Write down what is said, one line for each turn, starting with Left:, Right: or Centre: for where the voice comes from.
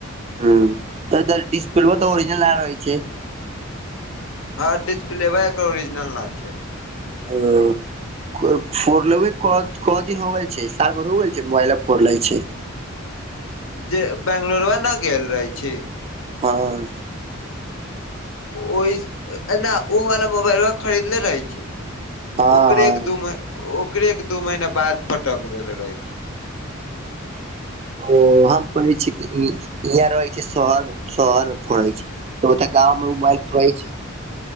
Right: हूं तऽ डिस्प्लवो तऽ ऑरिजिनल ना रहै छै।
Left: हँ डिस्प्लेवा एकर ओरिजिनल ना छै।
Right: ओ कऽ फोड़लवय क क दिन होब- छैय सरबरौयल छै मोबाइले फोर लेए छै।
Left: जे बेंगलोरवा नऽ गेल रहै छी।
Right: हँ
Left: ओहिस एना ओ वाला मोबाइलवा खरीदले रहै छी।
Right: हँ
Left: ओकरे
Right: हँ
Left: के दू मही ओकरे के दू महीना बाद पटक देल रहै छी।
Right: हो हम कहलने छीय कि इहाँ रहै छै शहर मे शहर मे फड़ै छी। बहुते गाममे ‌मोबाइल फोरइ छी।